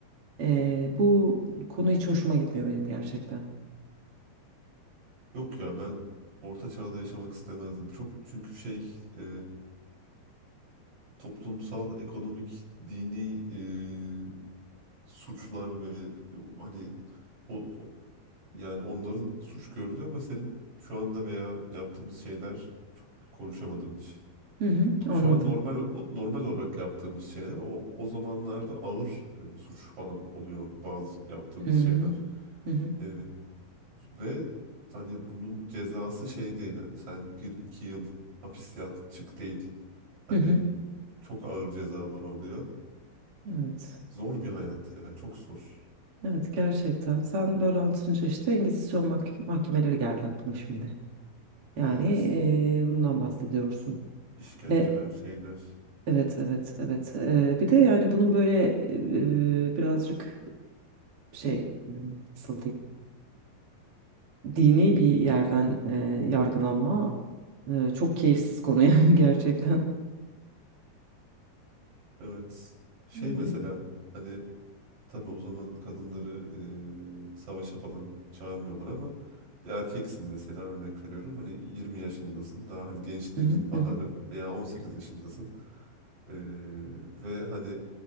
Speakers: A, on the right (about 40°); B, on the right (about 60°).
A: E, bu konu hiç hoşuma gitmiyor benim gerçekten.
B: Yok ya ben orta çağda yaşamak istemezdim. Çok çünkü şey e, toplumsal, ekonomik, dini e, suçlar ve hani o, o- yani onların suç gördüğü ama senin şu anda veya yaptığımız şeyler çok konuşamadım hiç.
A: Hı hı,
B: No,
A: anladım.
B: şu an normal normal olarak yaptığımız şeyler o o zamanlarda ağır e, suç falan oluyor bazı yaptığımız
A: Hı hı,
B: şeyler.
A: hı hı,
B: E, ve hani bunun cezası şey değil hani sen gir iki yıl hapis yat çık değil. Hani
A: hı hı.
B: çok ağır cezalar oluyor.
A: Evet.
B: Zor bir hayat ya çok zor.
A: Evet gerçekten. Sen böyle anlatınca işte Engizisyon mah- mahkemeleri geldi aklıma şimdi. Yani
B: Evet
A: eee, bundan bahsediyorsun.
B: işkenceler
A: E,
B: şeyler.
A: evet evet evet. Eee, bir de yani bunun böyle eee, birazcık şey hmm, nasıl diyeyim dini bir yerden eee, yargılanma eee, çok keyifsiz konu <laughs> yani gerçekten.
B: Evet şey
A: Hı
B: mesela hani Tabii o zaman kadınları e, savaşa falan çağırmıyorlar ama bir erkeksin mesela örnek veriyorum. Hani 20 yaşındasın daha hani gençliğinin
A: hı,
B: baharı
A: hı hı,
B: veya 18 yaşındasın. E, ve hani